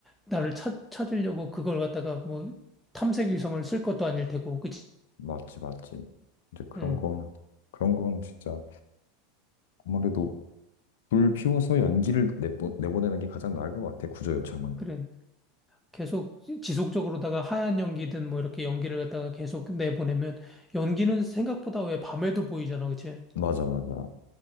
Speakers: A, in the centre; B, on the left.
A: 나를 찾, 찾으려고 그걸 갖다가 뭐 탐색위성을 쓸 것도 아닐 테고. 그치?
B: 맞지, 맞지. 이제 그런
A: 응.
B: 거, 그런 건 진짜 아무래도 불 피워서 연기를 내보, 내보내는 게 가장 나을 것 같아, 구조 요청은.
A: 그래. 계속 지- 지속적으로다가 하얀 연기든 뭐 이렇게 연기를 갖다가 계속 내보내면 연기는 생각보다 왜 밤에도 보이잖아. 그치?
B: 맞아, 맞아.